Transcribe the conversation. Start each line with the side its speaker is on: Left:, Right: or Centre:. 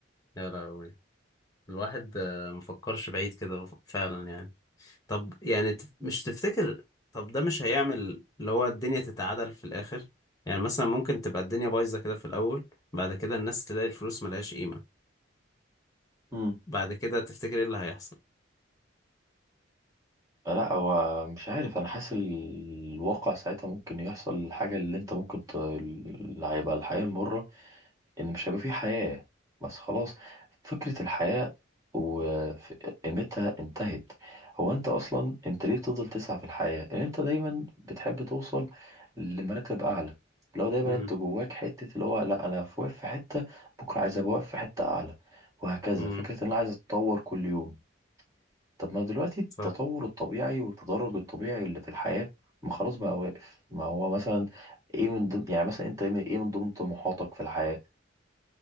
Left: يا لهوي الواحد آه، مفكرش بعيد كده ف- فعلا يعني طب يعني تف- مش تفتكر طب ده مش هيعمل اللي هو الدنيا تتعادل في الاخر يعني مثلا ممكن تبقى الدنيا بايظة كده في الاول بعد كده الناس تلاقي الفلوس ملهاش قيمة
Right: مم.
Left: بعد كده تفتكر ايه اللي هيحصل
Right: لا هو مش عارف انا حاسس ال- الواقع ساعتها ممكن يحصل الحاجة اللي انت ممكن ت... اللي هيبقى الحياة المرة ان مش هيبقى في حياة بس خلاص فكرة الحياة وقيمتها انتهت هو انت اصلا انت ليه بتفضل تسعى في الحياة ان انت دايما بتحب توصل لمراتب اعلى اللي هو دايما
Left: امم
Right: انت جواك حتة اللي هو لا انا في واقف في حتة بكرة عايز ابقى واقف في حتة اعلى وهكذا
Left: امم
Right: فكرة ان انا عايز اتطور كل يوم طب ما دلوقتي التطور
Left: صح
Right: الطبيعي والتدرج الطبيعي اللي في الحياة ما خلاص بقى واقف ما هو مثلا ايه من ضمن يعني مثلا انت ايه من ضمن طموحاتك في الحياة